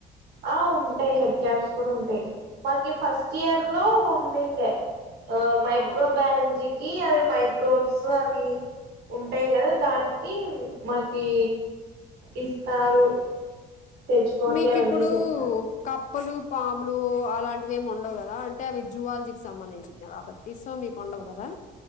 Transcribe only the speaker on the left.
ఆ
మీకుప్పుడు
కప్పలు, పాములు అలాంటివి ఏమి ఉండవు గదా అంటే అవి జువాలజీకి సంబంధించినయి గాబట్ యి సో మీకు ఉండవు గదా